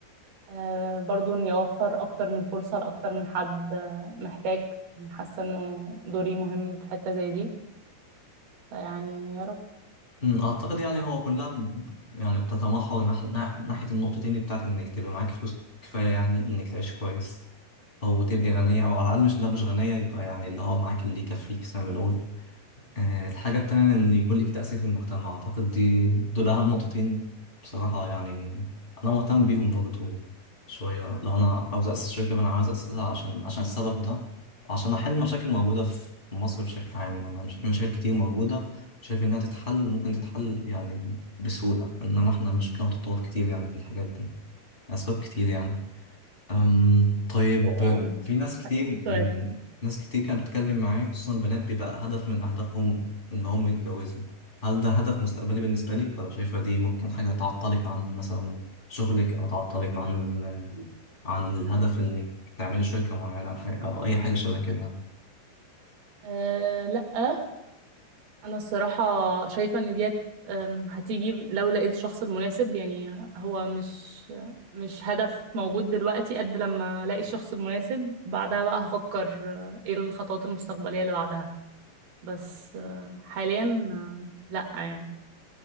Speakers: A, on the right; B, on the left.
A: آه، برضو إن يوفر أكتر من فرصة لأكتر من حد آه، محتاج يعني حاسة إنه دوري مهم في حتة زي دي فيعني يا رب
B: أمم، أعتقد يعني هو كلها ب- يعني بتتمحور ناح- ناح- ناحية النقطتين بتاعت إنك تبقى معاك فلوس كفاية يعني إنك تعيش كويس أو تبقي غنية أو على الأقل مش لو مش غنية يبقى يعني اللي هو معاك اللي يكفيك زي ما بنقول آه، الحاجة التانية إن يكون لك تأثير في المجتمع أعتقد دي دول أهم نقطتين بصراحة يعني أنا مهتم بيهم برضو شوية لو أنا عاوز أسس شركة فأنا عاوز أسسها عشان عشان السبب ده وعشان أحل مشاكل موجودة في مصر بشكل عام يعني مش- في مشاكل كتير موجودة شايف إنها تتحل ممكن تتحل يعني بسهولة إنما إحنا مش بناخد خطوات كتير يعني في الحاجات دي أسباب كتير يعني أم طيب
A: آم،
B: في ناس كتير
A: سؤال
B: من ناس كتير كانت بتتكلم معايا خصوصا البنات بيبقى هدف من أهدافهم إن هم يتجوزوا هل ده هدف مستقبلي بالنسبة لك ولا شايفة دي ممكن حاجة تعطلك عن مثلا شغلك أو تعطلك عن عن الهدف إنك تعملي شركة معينة أو حاجة أو أي حاجة شبه كده يعني
A: أه لأ أنا الصراحة شايفة إن ديت آم، هتيجي لو لقيت الشخص المناسب يعني هو مش مش هدف موجود دلوقتي قد لما الاقي الشخص المناسب بعدها بقى هفكر آه، ايه الخطوات المستقبليه اللي بعدها بس آه، حاليا آه، لا يعني